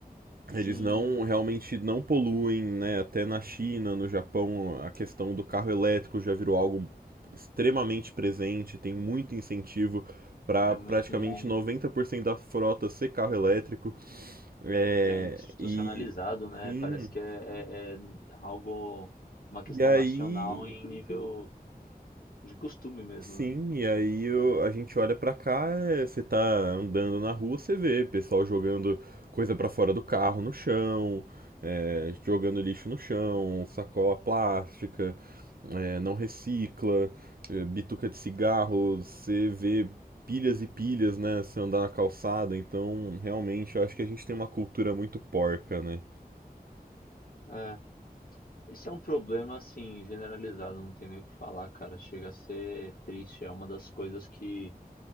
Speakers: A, on the left (about 65°); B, on the right (about 70°).
A: Sim,
B: eles não realmente não poluem, né? Até na China, no Japão, a questão do carro elétrico já virou algo extremamente presente, tem muito incentivo para
A: é muito
B: praticamente
A: in-
B: 90% da frota ser carro elétrico. É,
A: já institucionalizado,
B: e,
A: né?
B: enfim,
A: Parece que é, é- é algo, uma questão
B: e aí
A: nacional em nível de costume mesmo,
B: Sim,
A: né?
B: e aí eu- a gente olha pra cá, é, você tá andando na rua, você vê pessoal jogando coisa pra fora do carro no chão, é, jogando lixo no chão, sacola plástica, é, não recicla, é, bituca de cigarro, você vê pilhas e pilhas, né, se andar na calçada, então realmente eu acho que a gente tem uma cultura muito porca, né?
A: É, isso é um problema, assim, generalizado, não tem nem o que falar, cara. Chega a ser triste, é uma das coisas que,